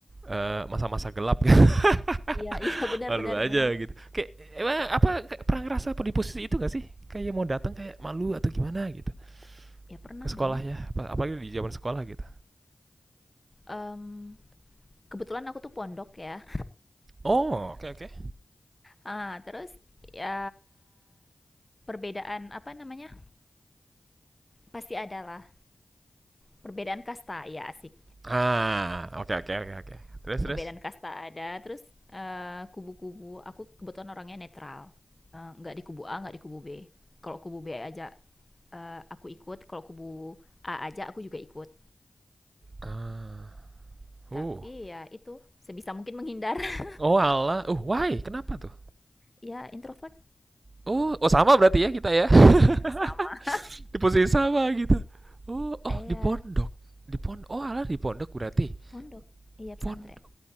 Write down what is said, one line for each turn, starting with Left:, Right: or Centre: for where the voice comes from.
Right: eh, masa-masa gelap gitu.
Left: Iya, iya
Right: <laughs>
Left: <laughs> benar
Right: Malu
Left: benar
Right: aja
Left: benar.
Right: gitu. Kayak emang apa pernah ngerasa apa di posisi itu gak sih? Kayak mau datang kayak malu atau gimana gitu.
Left: Ya pernah
Right: Ke sekolah
Left: dong.
Right: ya, apalagi di zaman sekolah gitu.
Left: Mmm, kebetulan aku tuh pondok ya.
Right: Oh, oke okay, oke. Okay.
Left: Ah, terus ya perbedaan apa namanya, pasti ada lah perbedaan kasta, ya asik.
Right: Ah, oke okay, oke okay, oke okay, oke. Okay. Terus
Left: Perbedaan
Right: terus.
Left: kasta ada, terus, eee, kubu-kubu, aku kebetulan orangnya netral, eee, nggak di kubu A, nggak di kubu B. Kalau kubu B aja, eee, aku ikut, kalau kubu A aja aku juga ikut.
Right: Ah, uh.
Left: Tapi ya itu, sebisa mungkin menghindar. <laughs>
Right: Oh, Allah. Uh, why? Kenapa tuh?
Left: Ya introvert
Right: Oh, oh sama berarti ya kita ya. <laughs>
Left: sama
Right: di posisi sama gitu oh oh
Left: iya,
Right: di pondok di pondok oh alah di pondok berarti
Left: pondok. Iya pesantren.
Right: pondok